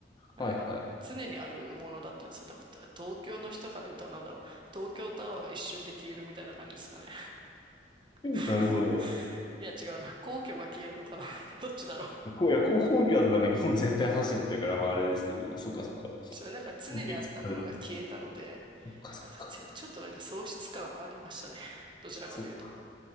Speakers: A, on the right (about 25°); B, on the left (about 25°).
A: なんか常にあるものだったんですよ。
B: はいはい。
A: だから東京の人から言うとなんだろう。東京タワーが一瞬で消えるみたいな感じですかね。
B: <laughs>
A: <laughs>
B: なるほど。
A: いや違うな。皇居が消えるのかな。<laughs> どっちだろう。
B: こう、いや、こう、皇居だとなんか日本全体の話になっちゃうから、まああれですけど、そっかそっか。
A: それなんか常にあったものが消えたので、
B: 思いつつ、そっかそっか。
A: なんかちょちょっとなんか喪失感はありましたね。どちらかというと。
B: そっか。